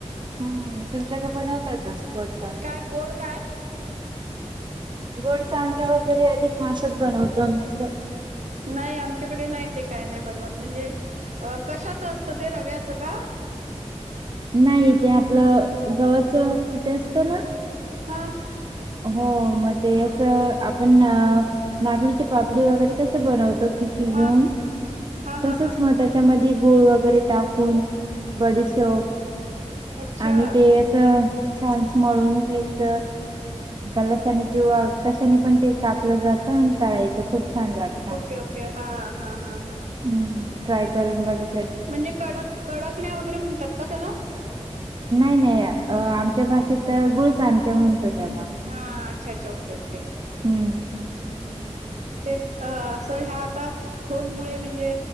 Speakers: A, on the right; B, on the right.
A: हम् तुमच्याकडे बनवता का? गोड सांडक्या?
B: काय गोड काय?
A: गोड चामके वगैरे अधिक मासात बनवतो आम्ही असं.
B: नाही आमच्याकडे नाही ते काय नाही बनवत म्हणजे अ कशाचं असतं ते रव्याचं का
A: नाही ते आपलं गव्हाच पिठ असतं ना
B: हां.
A: हो म ते असं आपण नागलीची पापडी वगैरे कसं बनवतो सुट्टी घेऊन
B: हा हा
A: तसेच
B: हा हा
A: म्हणतात
B: हा
A: त्याच्यामध्ये गुळ वगैरे टाकून बडीसोप
B: अच्छा
A: आणि ते छान मळून घ्यायचं गलासाने किंवा कशाने पण ते कापलं जातं आणि तळायचं खूप छान लागतं.
B: ओके ओके हा हा हा हा
A: हू ट्राय करून बघू
B: म्हणजे कडक कडकण्या वगैरे म्हणतात का त्याला
A: नाय नाय आमच्या भाषेत गुळ चाणक्या म्हणतो त्याला
B: हा अच्छा अच्छा ओके ओके
A: हू
B: हू हू हू तेच अ असं ह्या आता फोनमुळे म्हणजे,